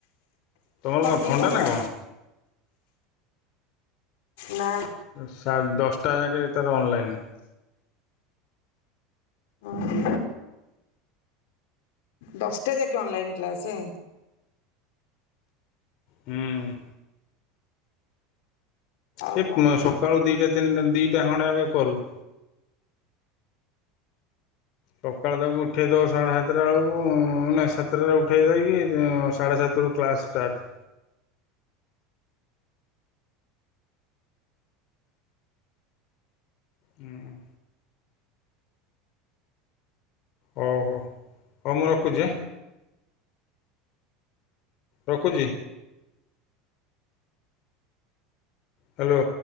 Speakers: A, on the left; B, on the left.
A: ତୁମର କଣ
B: ଦି
A: ଥଣ୍ଡା
B: ଘଣ୍ଟା
A: ନା କଣ?
B: ନା।
A: ସାଢ଼େ ଦଶଟା ଯାକେ ଏ ତାର ଅନଲାଇନ୍।
B: ହଁ। ଦଶଟା ଯାକେ ଅନଲାଇନ୍ କ୍ଲାସେ।
A: ହୁଁ।
B: ଆଉ
A: ସେି
B: କଣ କହୁଛୁ
A: ସକାଳୁ ଦିଟା ତିନିଟା ଦିଟା ଖଣ୍ଡେଗ କରୁ। ସକାଳ ତାକୁ ଉଠେଇଦବ ସାଢ଼େ ସାତଟା ବେଳକୁ ନା ସାତଟାଟା ଉଠେଇ ଦେଇକି ସାଢ଼େ ସାତରୁ। କ୍ଲାସ୍ଷ୍ଟାର୍ଟ ହୁଁ। ହଉ ହଉ ହଉ ମୁଁ ରଖୁଛି। ରଖୁଛି। ହ୍ୟାଲୋ?